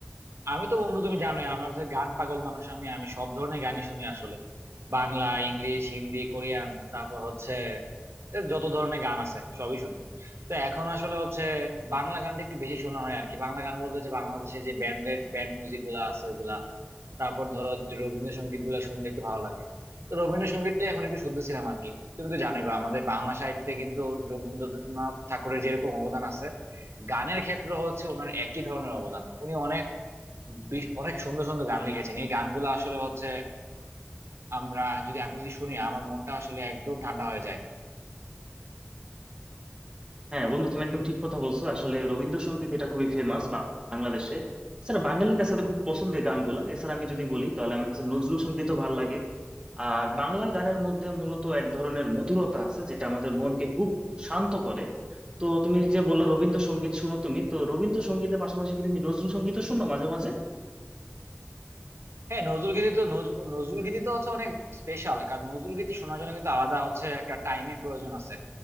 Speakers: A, on the right; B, on the right.
A: আমি তো বন্ধু তুমি জানোই আমার হচ্ছে গান পাগল মানুষ আমি আমি সব ধরনের গানই শুনি আসলে বাংলা ইংলিশ হিন্দি কোরিয়ান তারপর হচ্ছে এ যত ধরনের গান আছে সবই শুনি তো এখন আসলে হচ্ছে বাংলা গানটা একটু বেশি শোনা হয় আর কি বাংলা গান বলতে হচ্ছে বাংলাদেশে যে ব্যান্ডের ব্যান্ড মিউজিক গুলা আছে ওগুলা তারপর ধরো একটু রবীন্দ্রসঙ্গীত গুলা শুনলে একটু ভালো লাগে তো রবীন্দ্রসঙ্গীতটা এখন একটু শুনতেছিলাম আর কি তুমি তো জানোই বা আমাদের বাংলা সাহিত্যে কিন্তু রবীন্দ্রনাথ ঠাকুরের যেরকম অবদান আছে গানের ক্ষেত্রে হচ্ছে ওনার একই ধরনের অবদান উনি অনেক বেশ অনেক সুন্দর সুন্দর গান লিখেছেন এই গানগুলো আসলে হচ্ছে আমরা যদি আমি যদি শুনি আমার মনটা আসলে একদম ঠান্ডা হয়ে যায়
B: হ্যাঁ বন্ধু তুমি একদম ঠিক কথা বলছো আসলে রবীন্দ্রসঙ্গীত এটা খুবই ফেমাস বাংলাদেশে এছাড়া বাঙালির কাছে তো খুব পছন্দের গানগুলা এছাড়া আমি যদি বলি তাহলে আমার কাছে নজরুল সঙ্গীতও ভালো লাগে আর বাংলা গানের মধ্যে মূলত এক ধরনের মধুরতা আছে যেটা আমাদের মনকে খুব শান্ত করে তো তুমি যে বললা রবীন্দ্রসঙ্গীত শুনো তুমি তো রবীন্দ্রসঙ্গীতের পাশাপাশি কি তুমি নজরুল সঙ্গীতও শুনো মাঝে মাঝে
A: হ্যাঁ নজরুল গীতি তো নজ- নজরুল গীতি তো হচ্ছে অনেক স্পেশাল কারণ নজরুল গীতি শোনার জন্য কিন্তু আলাদা হচ্ছে একটা টাইমের প্রয়োজন আছে